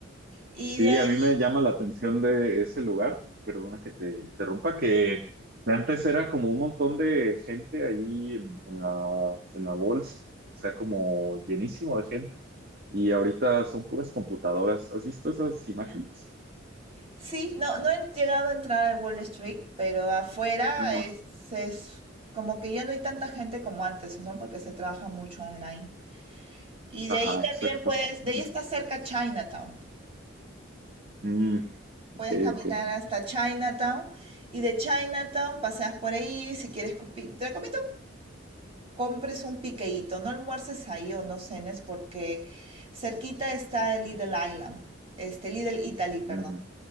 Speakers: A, on the right (about 30°); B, on the right (about 50°).
A: Y
B: Sí,
A: de ahí
B: a mí me llama la atención de ese lugar, perdona que te interrumpa, que de antes era como un montón de gente ahí en, en la, en la bolsa, o sea, como llenísimo de gente, y ahorita son puras computadoras. ¿Has visto esas imágenes?
A: Sí, no, no he llegado a entrar a Wall Street, pero afuera
B: Ajá.
A: es, es como que ya no hay tanta gente como antes, ¿no? Porque se trabaja mucho online. Y de
B: Ajá,
A: ahí también
B: exacto.
A: puedes, de
B: Ujú.
A: ahí está cerca Chinatown.
B: Mm,
A: Puedes
B: ok,
A: caminar
B: ok.
A: hasta Chinatown y de Chinatown paseas por ahí. Si quieres, copi- te recomiendo compres un piqueíto, no almuerces ahí o no cenes porque cerquita está el Little Island, este Little Italy, perdón.
B: Ujú.